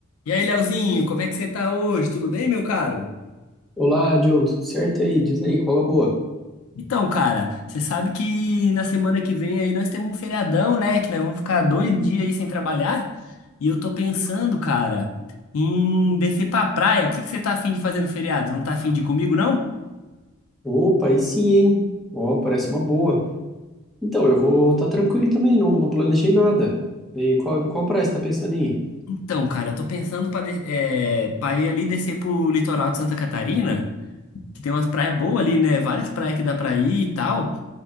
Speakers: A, on the left; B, in the centre.
A: E aí, Leozinho, como é que você tá hoje? Tudo bem, meu caro?
B: Olá, Diogo, tudo certo? E aí? Diz aí, qual é a boa?
A: Então, cara, você sabe que na semana que vem aí nós temos um feriadão, né? Que nós vamos ficar dois dias aí sem trabalhar. E eu tô pensando, cara, em descer pra praia. O que que você tá afim de fazer no feriado? Não tá afim de ir comigo, não?
B: Opa, aí sim, hein? Ó, parece uma boa. Então, eu vou estar tranquilo também, não, não planejei nada. E qual, qual praia você tá pensando em ir?
A: Então, cara, eu tô pensando pra, de- eh, pra ir ali descer pro litoral de Santa Catarina, que tem umas praias boas ali, né? Várias praias que dá pra ir e tal.